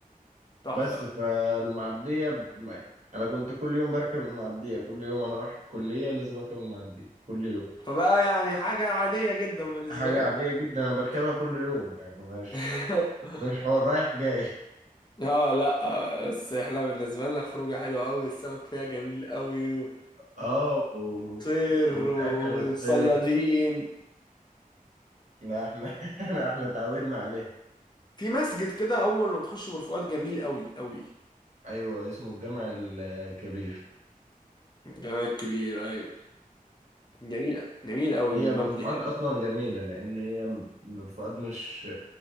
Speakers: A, on the left; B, on the right.
A: تحفة
B: بس فالمعديه ب... انا كنت كل يوم بركب المعديه كل يوم انا رايح الكليه لازم اركب المعديه كل يوم
A: فبقى يعني حاجة عادية جدا بالنسبة
B: حاجه
A: لك
B: عاديه جدا انا بركبها كل يوم يعني مش
A: <laughs>
B: مش حوار رايح جاي
A: اه لا آه، بس احنا بالنسبة لنا خروجة حلوة قوي السمك فيها جميل قوي و-
B: اه و...
A: وطير
B: وتأكل
A: وصيادين
B: الطير ده احنا <laughs> احنا اتعودنا عليها
A: في مسجد كده اول ما بتخش برفقات جميل قوي قوي
B: ايوه اسمه الجامع الكبير
A: جمال كبير ايوه جميل جميل قوي
B: هي
A: ومبني
B: برفقات
A: حلو
B: اصلا جميله لان هي م- برفقات مش